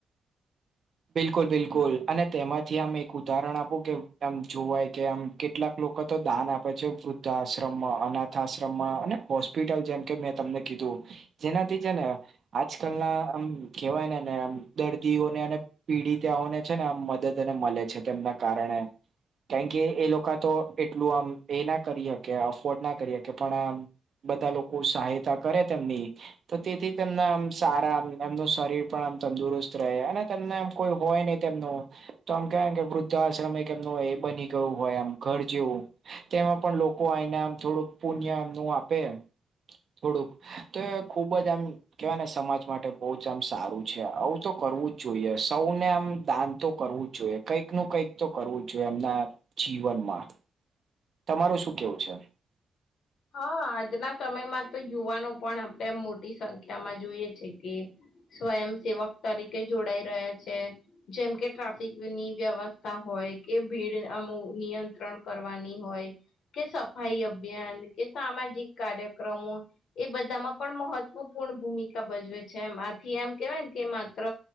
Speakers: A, on the right; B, on the left.
A: બિલકુલ બિલકુલ અને તેમાંથી આમ એક ઉદાહરણ આપું કે આમ જોવાય કે આમ કેટલાક. લોકો તો દાન આપે છે વૃદ્ધા આશ્રમમાં અનાથ આશ્રમમાં અને હોસ્પિટલ જેમ કે મેં તમને કીધું. જેનાથી છે ને આજકાલ ના આમ કહેવાય ને ને આમ દર્દીઓને અને. પીડિતઓને છે ને આમ મદદ અને મળે છે, તેમના કારણે કારણ કે એ લોકો તો એટલું આમ એ ના કરી શકે અફોર્ડ ના કરી શકે, પણ આમ બધા લોકો સહાયતા કરે તેમની. તો તેથી તેમના આમ સારા આમ એમનું શરીર પણ આમ તંદુરસ્ત રહે અને. તેમને એમ કોઈ હોય નહિ તેમનું. તો આમ કેહેવાય ને કે વૃદ્ધાશ્રમ એક એમનું એ બની ગયું હોય આમ ઘર જેવું. તેમાં પણ લોકો આઈને આમ થોડુંક પુણ્યનું આપે. થોડુંક તો એ ખુબ જ આમ કેવાય ને સમાજ માટે બહુ જ આમ સારું છે, આવું તો કરવું જ જોઈએ સૌને આમ દાન તો કરવું જ જોઈએ, કંઈક નું કઈક તો કરવું જ જોઈએ, એમના જીવનમાં તમારું શું કેવું છે?
B: હા, આજના સમયમાં તો યુવાનો પણ આપણેમ મોટી સંખ્યા માં જોઈએ છે કે સ્વયંસેેવક તરીકે જોડાઈ રહ્યા છે, જેમ કે ટ્રાફિકની વ્યવસ્થા હોય કે ભીડ આમ નિયંત્રણ કરવાની હોય, કે સફાઈ અભિયાન કે સામાજિક કાર્યક્રમો એ બધામાં પણ મહત્વપૂર્ણ ભૂમિકા ભજવે છે, એમ આથી એમ કેવાય કે માત્ર